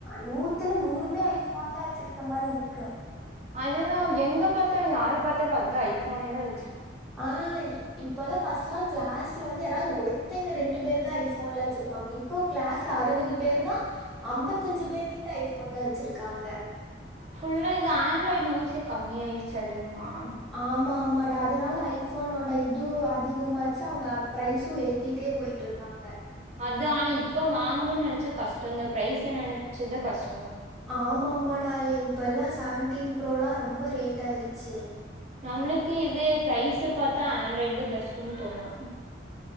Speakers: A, in the centre; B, on the right.
A: நூத்துல நூறுமே ஐபோன் தான் வச்சிருக்க மாரி இருக்கு
B: அததுதான் எங்க பார்த்தாலும் யாரு பார்த்தாலும் அதுான் ஐபோனேதான்ச்ச
A: ஆய் இப்பல்லாம் ஃபஸ்ட்லாம் கிளாஸ்ல வந்து யாராவது ஒருத்தங்க ரெண்டு பேர் தான் ஐ ஃபோன்லா வச்சிருப்பாங்க இப் இப்போ கிளாஸ்ல அறுவது பேர்னா ஐம்பத்தஞ்சு பேரு கிட்ட ஐபோன் தான் வச்சிருக்காங்க
B: ஃபுல்லா இது ஆண்ட்ராய்டு யூஸே கம்மியார்ச்சு அதிகமா
A: ஆம்மாம் <unintelligible> அதனால ஐஃபோனோட இதுவும் அதிகமாச்சா அவுங்க ப்ரைஸும் ஏத்திட்டே போய்ட்டுருக்காங்க
B: அது ஆனா இப்ப வாங்கணும்னு நெைச்சா கஷ்டம் இந்த பிரரைஸை நினைச்சத கஷ்டம்
A: ஆமா ஆமாடா இப்ப எல்லாம் சவன்டீன் ப்ரோலா ரொம்ப ரலேட் ஆயிடுச்சு
B: நம்மளுக்கு இது ப்ரைஸ பாத்தா ஆண்ட்ராய்டு தான் பெஸ்ட்ன்னு தோணும்